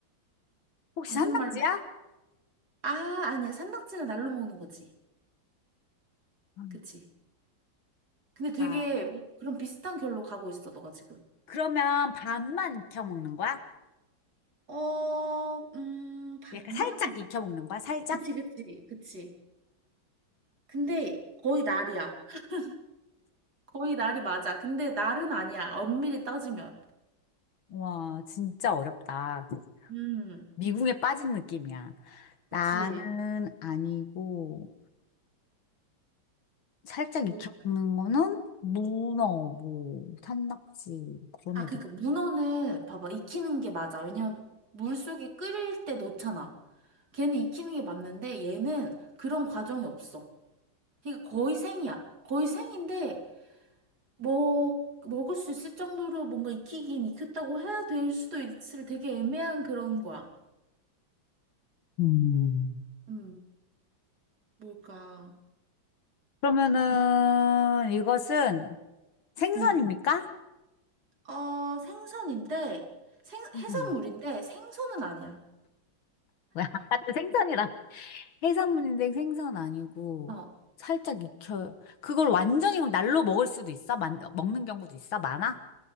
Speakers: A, on the left; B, on the right.
A: 혹시
B: 무슨
A: 산낙지야?
B: 말인지. 아, 아니야. 산낙지는 날로 먹는 거지.
A: 음.
B: 그치? 근데 되게
A: 아,
B: 네. 그런 비슷한 결로 가고 있어, 너가 지금.
A: 그러면 반만 익혀 먹는 거야?
B: 어, 음, 반만?
A: 약간 살짝 익혀 먹는 거야? 살짝?
B: 그치, 그치, 그치. 근데 거의 날이야. <laughs> 거의 날이 맞아. 근데 날은 아니야. 엄밀히 따지면.
A: 와, 진짜 어렵다.
B: 음,
A: 미궁에 빠진 느낌이야.
B: 그치.
A: 날은 아니고 살짝
B: 뭘
A: 익혀먹는 거는 문어, 뭐 산낙지 뭐 그런
B: 아,
A: 애들.
B: 그니까 문어는 봐봐. 익히는 게 맞아. 왜냐면 물속에 끓일 때 넣잖아. 걔는 익히는 게 맞는데 얘는 그런 과정이 없어. 그러니까 거의 생이야. 거의 생인데 먹, 먹을 수 있을 정도로 뭔가 익히긴 익혔다고 해야 될 수도 있을 되게 애매한 그런 거야.
A: 음.
B: 음, 뭘까?
A: 그러면은
B: 노-
A: 이것은 생선입니까?
B: 음, 어, 생선인데, 생,
A: 생선.
B: 해산물인데 생선은 아니야.
A: 왜 아까 또 생선이라. 해산물인데 생선 아니고
B: 어,
A: 살짝 익혀. 그걸 완전히 그럼 날로 먹을 수도 있어? 만, 먹는 경우도 있어? 많아?